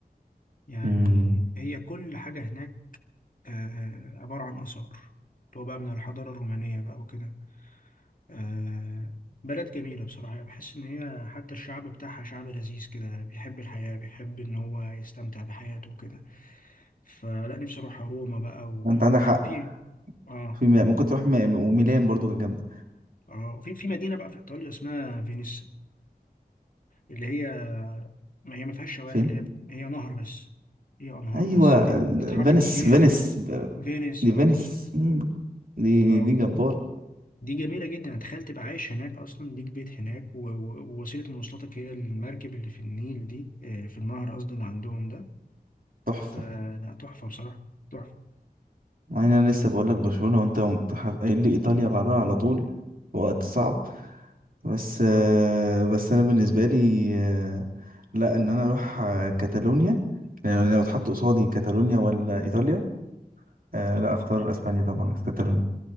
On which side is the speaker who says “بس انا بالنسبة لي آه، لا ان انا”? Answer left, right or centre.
Right